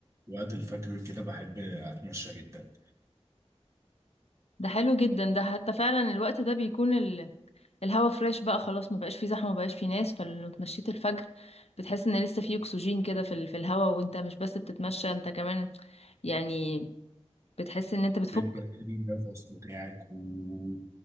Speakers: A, on the right; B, on the left.
A: وقت الفجر كده بحب اتمشى جدا
B: ده حلو جدا ده حتى فعلا الوقت ده بيكون ال... الهوا فريش بقى خلاص ما بقاش فيه زحمة ما بقاش فيه ناس فلو اتمشيت الفجر بتحس ان لسه فيه اكسجين كده في ال... في الهوا وانت مش بس بتتمشى انت كمان يعني بتحس ان انت بتفك
A: بجد قديمة الفصل بتاعك و...